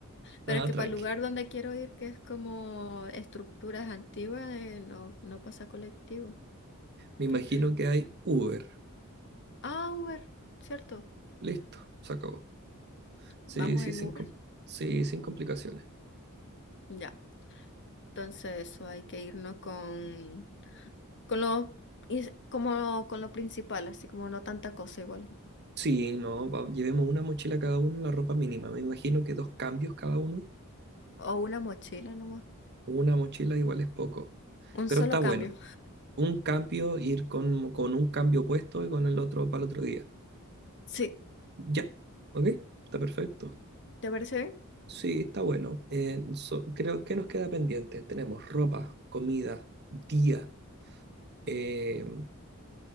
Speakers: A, on the left; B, on the right.
A: Pero
B: Nada,
A: es que
B: tranqui.
A: para el lugar donde quiero ir, que es como estructuras antiguas, eh, no, no pasa colectivo.
B: Me imagino
A: ¿Qué- qué?
B: que hay Uber.
A: Ah, Uber, ¿cierto?
B: Listo, se acabó. Sí,
A: Vamos
B: sí,
A: en
B: sin,
A: Uber.
B: com- sí, sin complicaciones.
A: Ya, entonces eso hay que irnos con, con lo, is- como, con lo principal, así como no tanta cosa igual.
B: Sí, no, va- llevemos una mochila cada uno y la ropa mínima. Me imagino que dos cambios cada uno.
A: O una mochila nomás.
B: Una mochila igual es poco,
A: Un
B: pero
A: solo
B: está
A: cambio.
B: bueno. un cambio, ir con, con un cambio puesto y con el otro para el otro día.
A: Sí,
B: Ya, ok, está perfecto.
A: ¿te parece bien?
B: Sí, está bueno. Eh, so- creo que nos queda pendiente. Tenemos ropa, comida, día. eh,